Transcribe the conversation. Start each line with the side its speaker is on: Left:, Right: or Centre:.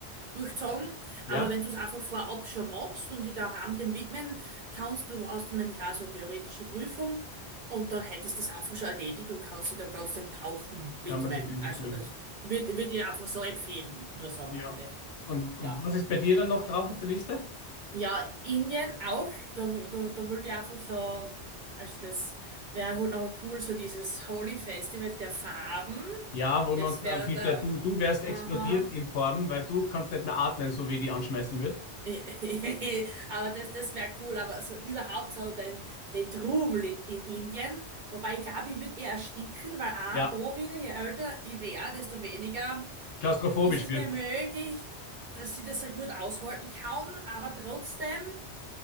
Right: durchzogen.
Left: Ja,
Right: Aber wenn du es einfach vorab schon machst und dich daheim dem widmen kannst, du hast dann nämlich auch so eine theoretische Prüfung und dann hättest du das einfach schon erledigt und kannst dich dann ganz dem Tauchen widmen.
Left: kann man sich dem widmen.
Right: Also das würde würd würd ich einfach so empfehlen, nur so am
Left: Ja.
Right: Rande.
Left: Und
Right: Ja.
Left: was ist bei dir dann noch drauf auf der Liste?
Right: Ja, Indien auch. Da, da, da würde ich einfach so, also das wäre halt noch cool, so dieses Holi Festival der Farben.
Left: Ja, wo
Right: Das
Left: man
Right: wäre
Left: äh, bitte,
Right: da,
Left: du, du wärst
Right: aha.
Left: explodiert in Form, weil du kannst nicht mehr atmen, so wie die anschmeißen wird.
Right: <laughs> Aber das, das wäre cool, aber so überhaupt so den, den Trubel in Indien. Wobei ich glaube, ich würde eher ersticken, weil auch
Left: Ja,
Right: da wieder, je älter ich wäre, desto weniger
Left: klaustrophobisch
Right: ist es
Left: wirst.
Right: mir möglich, dass ich das so gut aushalten kann, aber trotzdem.